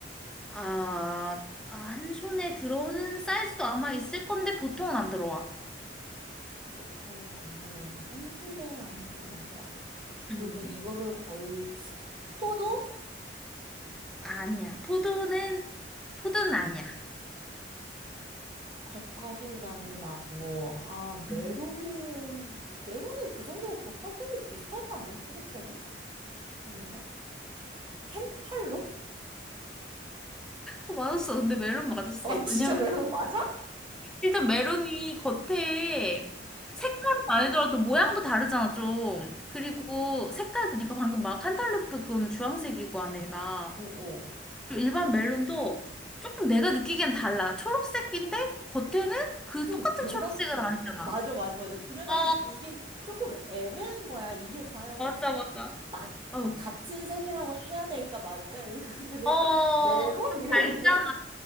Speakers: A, in the centre; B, on the right (about 30°).
A: 아, 아, 한 손에 들어오는 사이즈도 아마 있을 건데, 보통은 안 들어와.
B: 보통은 안 들어온다. 한 손에 안 들어온다.
A: 음.
B: 그리고 이거를 거의, 포도?
A: 아니야. 포도는, 포도는 아니야.
B: 겉과 속이 다르다고. 아, 메론은,
A: 음.
B: 메론은 그 정도면 겉과 속이 비슷하지 않나? 초록색은? 다른가? 켄탈로?
A: 어, 맞았어. 근데 멜론 맞았어.
B: 아, 진짜
A: 왜냐면
B: 메론 맞아?
A: 일단 메론이 겉에 색깔이 아니더라도 모양도 다르잖아, 좀. 그리고 색깔도 네가 방금 막 칸탈루프 그거는 주황색이고 안에가.
B: 어어.
A: 그리고 일반 멜론도 조금 내가 느끼기엔 달라. 초록색인데 겉에는 그
B: 좀
A: 똑같은
B: 노랗게.
A: 초록색은 아니잖아.
B: 맞아, 맞아, 맞아. 그래가지고
A: 어,
B: 이게 조금 애매한 거야. 이게 과연
A: 맞아, 맞아.
B: 맞,
A: 어,
B: 같은 색이라고 해야 될까? 맞아. <laughs> 근데 내가
A: 어,
B: 메론
A: 좀
B: 이랬는데,
A: 밝잖아.